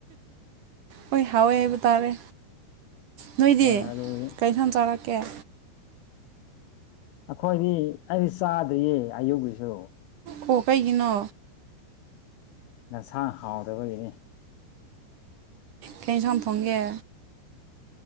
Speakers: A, on the right; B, on the left.
A: ꯍꯣꯏ ꯍꯥꯎꯋꯦ ꯍꯥꯏꯕ ꯇꯥꯔꯦ ꯅꯣꯏꯗꯤ꯫
B: ꯍꯣꯏ ꯑꯂꯨꯒꯤ
A: ꯏꯊꯦꯟ ꯆꯥꯔꯛꯀꯩ
B: ꯑꯩꯈꯣꯏꯗꯤ ꯑꯩꯗꯤ ꯆꯥꯗ꯭ꯔꯤꯌꯦ ꯑꯌꯨꯛꯀꯤꯁꯨ꯫
A: ꯑꯣ ꯀꯩꯒꯤꯅꯣ?
B: ꯅꯟꯁꯥꯡ ꯍꯥꯎꯗꯕꯒꯤꯅꯦ꯫
A: ꯀꯩ ꯏꯟꯁꯥꯡ ꯊꯣꯡꯒꯦ꯫